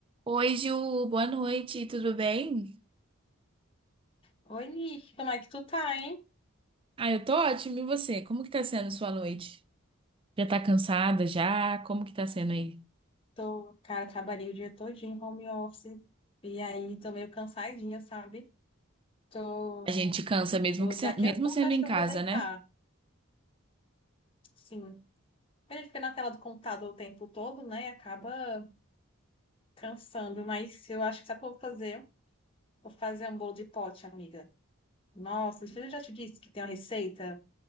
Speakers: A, on the right (about 25°); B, on the left (about 25°).
A: Oi, Ju, boa noite, tudo bem?
B: Oi, Nick, como é que tu tá, hein?
A: Ah, eu tô ótimo, e você? Como que tá sendo sua noite? Já tá cansada já? Como que tá sendo aí?
B: Tô, cara, trabalhei o dia todinho em home office e aí tô meio cansadinha, sabe? Tô,
A: A gente cansa mesmo
B: tô-
A: que
B: daqui
A: se- mesmo
B: a pouco
A: sendo
B: acho
A: em
B: que eu
A: casa,
B: vou deitar.
A: né?
B: Sim. A gente fica na tela do computador o tempo todo, né? E acaba cansando, mas eu acho que sabe o que eu vou fazer? Vou fazer um bolo de pote, amiga. Nossa, não eu já te disse que tem uma receita